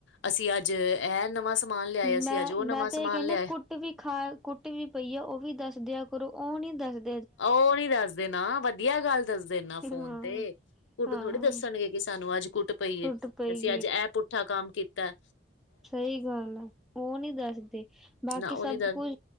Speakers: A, on the left; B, in the centre.
A: ਅਸੀ ਆੱਜ ਐ ਨਵਾਂ ਸ ਸਮਾਨ ਲੇਆਏ, ਅਸੀ
B: ਮੈਂ
A: ਆੱਜ ਓ ਨਵਾਂ
B: ਮੈਂ
A: ਸਮਾਨ
B: ਤਾਂ ਇਹ ਕਹਿੰਦੀ
A: ਲੇਆਏ
B: ਕੁੱਟ ਵੀ ਖਾ ਕੁੱਟ ਵੀ ਪਈ ਐ, ਓ ਵੀ ਦੱਸ ਦੇਆਂ ਕਰੋ, ਓ ਨੀ ਦੱਸਦ
A: ਓ ਨੀ ਦੱਸਦੇ ਨਾ ਵਦੀਆ ਗੱਲ ਦੱਸਦੇ ਨਾ
B: ਹਾਂ।
A: ਫੋਨ ਤੇ, ਕੁੱਟ
B: ਹਾਂ
A: ਥੋੜੀ ਦੱਸਨਗੇ। ਕੀ ਸਾਨੂੰ ਅੱਜ ਕੁੱਟ ਪਈ ਏ,
B: ਕੁੱਟ ਪਈ
A: ਤੇ ਅਸੀ ਅੱਜ ਐ ਪੁੱਠਾ ਕੰਮ ਕੀਤੈ।
B: ਸਈ ਗੱਲ ਐ ਓ ਨੀ ਦੱਸਦੇ ਬਾਕੀ
A: ਨਾ ਉਹ
B: ਸਬ
A: ਨੀ ਦਰ
B: ਕੁਝ